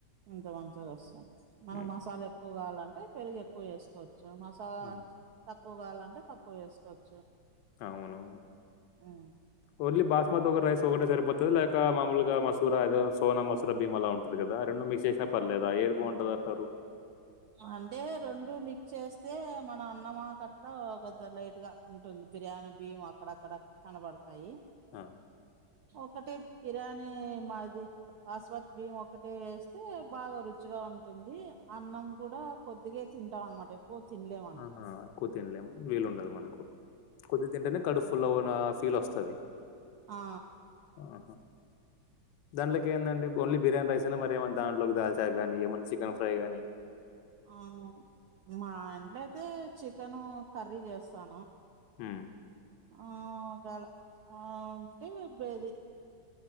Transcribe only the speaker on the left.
హ్మ్.
హ్మ్.
అవును
అవునులే పొద్దుకు రైస్ ఒకటే సరిపోతది లేక మామలుగా మసూర ఏదో సోనా మసూర భీమ అలా ఉంటుంది కదా రెండు మిక్స్ చేసా పర్లేదా ఏది బాగుంటంది అంటారు.
ఆ
ఆహా! ఎక్కువ తినలేం వీలుండదు మనకు కుద్ది తింటేనే కడఫుల్లవనా స్ ఫీల్ వస్తది
ఆహ దాన్లకి ఏందండి ఓన్లీ బిర్యానీ రైసేనా మరి ఏమన దాంట్లోకి దాల్చా కానీ ఏమైన్నా చికెన్ ఫ్రైగానీ
హ్మ్